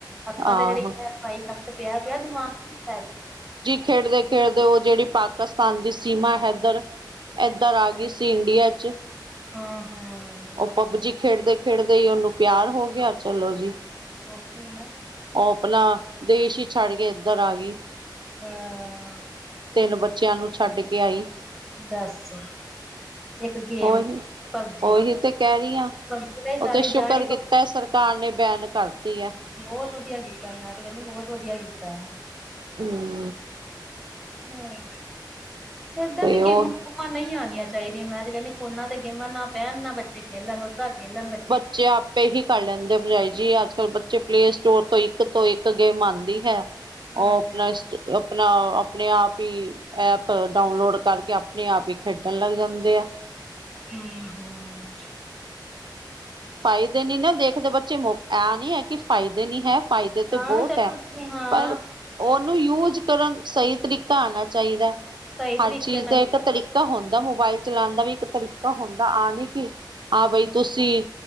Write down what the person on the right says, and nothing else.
ਆਹੋ
ਖੇਡਦੇ-ਖੇਡਦੇ ਓ ਜੇੜੀ ਪਾਕਿਸਤਾਨ ਦੀ ਸੀਮਾ ਹੈਧਰ ਇਧਰ ਆ ਗੀ ਸੀ ਇੰਡੀਆ 'ਚ
ਓ ਪਬਜੀ ਖੇਡਦੇ-ਖੇਡਦੇ ਈ ਉਨੂੰ ਪਿਆਰ ਹੋ ਗਿਆ ਚਲੋ ਜੀ
ਓ ਆਪਣਾ ਦੇਸ਼ ਈ ਛੱਡ ਕੇ ਇੱਧਰ ਆ ਗਈ।
ਤਿੰਨ ਬੱਚਿਆਂ ਨੂੰ ਛੱਡ ਕੇ ਆਈ।
ਉਹੀ
ਉਹੀ ਤੇ ਕਹਿ ਰਹੀ ਹਾਂ,
ਉਹ ਤੇ ਸ਼ੁਕਰ
ਕੀਤਾ ਸਰਕਾਰ ਨੇ ਬੈਨ ਕਰਤੀ ਹੈ।
ਹੂੰ
ਤੇ
ਉਹ
ਬਚੇ ਆਪੇ ਹੀ ਕਰ ਲੈਂਦੇ ਭਰਜਾਈ ਜੀ ਅੱਜ ਕੱਲ ਬੱਚੇ ਪਲੇ ਸਟੋਰ ਤੋਂ ਇੱਕ ਤੋਂ ਇੱਕ ਗੇਮ ਆਉਂਦੀ ਹੈ।
ਉਹ ਆਪਣਾ, ਆਪਣਾ, ਆਪਣੇ ਆਪ ਹੀ। ਐਪ ਡਾਊਨਲੋਡ ਕਰਕੇ ਆਪਣੇ ਆਪ ਹੀ ਖੇਡਣ ਲੱਗ ਜਾਂਦੇ ਐ।
ਫਾਇਦੇ ਨੀ ਨਾ ਦੇਖਦੇ ਬੱਚੇ, ਮੋ ਐ ਨੀ ਹੈ ਕਿ ਫਾਇਦੇ ਨੀ ਹੈ। ਫਾਇਦੇ
ਤੇ ਬੋਤ
ਹੈ,
ਪਰ ਉਹਨੂੰ ਯੂਜ- ਕਰਨ ਸਹੀ ਤਰੀਕਾ ਆਉਣਾ ਚਾਹੀਦਾ,
ਹਰ ਚੀਜ਼
ਦਾ
ਇੱਕ ਤਰੀ-
ਕਾ ਹੁੰਦਾ ਮੋਬਾਇਲ ਚਲਾਉਣ ਦਾ ਵੀ ਇੱਕ ਤਰੀਕਾ ਹੁੰਦਾ, ਆ ਨੀ ਕਿ ਆਹ ਬਈ
ਤੁਸੀਂ।